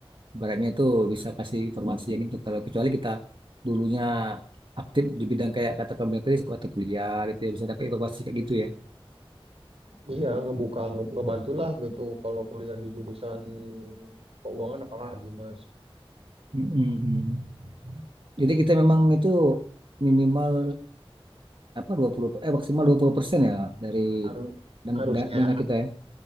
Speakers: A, on the right (about 55°); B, on the right (about 85°).
A: Baratnya itu bisa kasih informasi yang itu. Kalau kecuali kita dulunya aktif di bidang kayak kata kamu tadi atau kuliah gitu ya bisa dapat informasi kayak gitu ya.
B: Iya ngebuka nge- ngebantu lah gitu kalau kuliah di jurusan keuangan apalagi mas.
A: Mm-mm. Jadi kita
B: Mas,
A: memang itu minimal apa dua puluh eh maksimal 20% ya dari
B: har-
A: dan-
B: harusnya
A: da- dana kita ya.